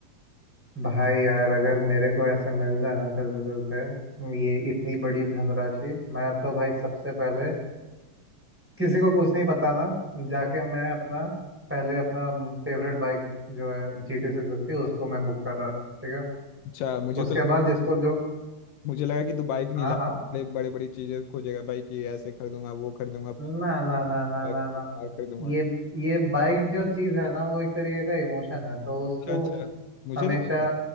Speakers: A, in the centre; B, on the left.
A: भाई यार अगर मेरे को ऐसे मिल जाए ना चलते चलते ये इतनी बड़ी धनराशि मैं तो भाई सबसे पहले किसी को कुछ नहीं बताना जाके मैं अपना पहले अपना फेवरेट बाइक जो है जी टी सिक्स फिफ्टी उसको मैं बुक कर रहा ठीक है
B: अच्छा मुझे
A: उसके
B: तो
A: बाद जिसको जो
B: मुझे लगा कि तू बाइक नहीं
A: हाँ
B: ला
A: हाँ
B: बड़े बड़ी चीजें खोजेगा भाई कि ऐसे खरीदूंगा वो खरीदूंगा
A: ना ना ना ना
B: बाइक
A: ना ना
B: कार खरीदूंगा
A: ये ये बाइक जो चीज़ है ना वो एक तरीके का इमोशन है तो उसको
B: अच्छा अच्छा मुझे
A: हमेशा
B: नहीं पता